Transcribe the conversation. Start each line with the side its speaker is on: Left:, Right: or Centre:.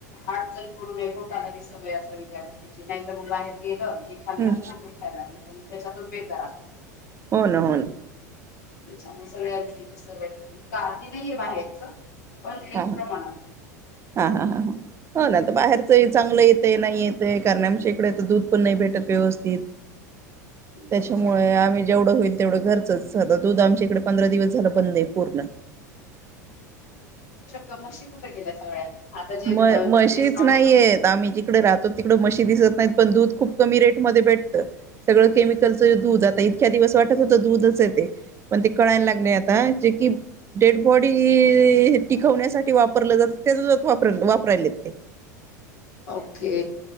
Left: अडचण पडू नये पोटाला बी सवय असावी त्या गोष्टीची नाही तर मग बाहेर गेलं -- खा
Right: हम्म
Left: खायला लागलं पण त्याच्यातच बेजार आपण.
Right: हो ना. हो ना.
Left: त्याच्यामुळे सगळ्या गोष्टीची सवय का आती नाही आहेे बाहेरच. पण एक
Right: हा
Left: प्रमाणात.
Right: हा हा हा हा हो ना तर बाहेरच चांगलं येत नाही येत. ते कारणे आमच्या इकडे आता दूध पण नाही भेटत व्यवस्थित. त्याच्यामुळे
Left: बरोबर
Right: आम्ही जेवढं होईल तेवढं घरच दूध आमच्या इकडे पंधरा दिवस. झालं बंद पूर्ण.
Left: त मशी कुठे गेल्या सगळ्या. आता जे अ,
Right: म मशीच
Left: ते स्टॉक
Right: नाहीयेत आम्ही जिकडे राहतो तिकड म्हशी दिसत नाहीत पण दूध खूप कमी रेटमध्ये भेटत. सगळं केमिकलच दूध आता इतक्या दिवस वाटत होत दूधच ते पण ते कळायला लागले आता जे- - डेडबॉडी टिकवण्यासाठी वापर जात ते <unintelligible> र वापरायले ते.
Left: ओके.